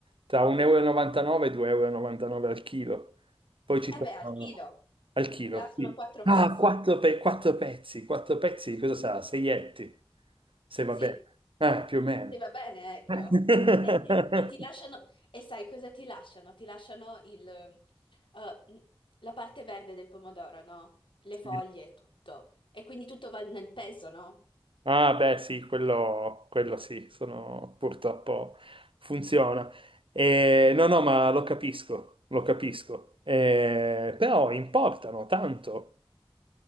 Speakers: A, on the right; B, on the left.
A: tra 1,99 e 2,99 euro e novantanove al chilo. Poi ci
B: Eh
A: sono
B: beh, al chilo.
A: al chilo,
B: Là sono
A: sì.
B: quattro
A: Ah,
B: pezzi.
A: 4, pezzi, 4 pezzi, di cosa sarà? 6 etti, se va
B: Sì,
A: bene. Eh, più o meno.
B: e va bene, ecco.
A: <laughs>
B: E, e- e ti lasciano, e sai cosa ti lasciano? Ti lasciano il, eh, la parte verde del pomodoro, no? Le foglie,
A: Sì.
B: tutto. E quindi tutto va nel peso, no?
A: Ah, beh, sì, quello, quello sì, sono, purtroppo funziona. Eh, no, no, ma lo capisco, lo capisco. Eh, però importano tanto,